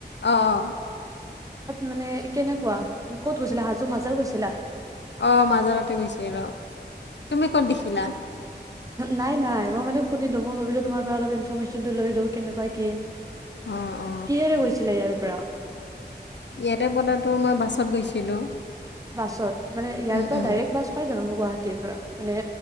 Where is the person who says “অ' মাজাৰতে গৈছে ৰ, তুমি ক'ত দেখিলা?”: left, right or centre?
Left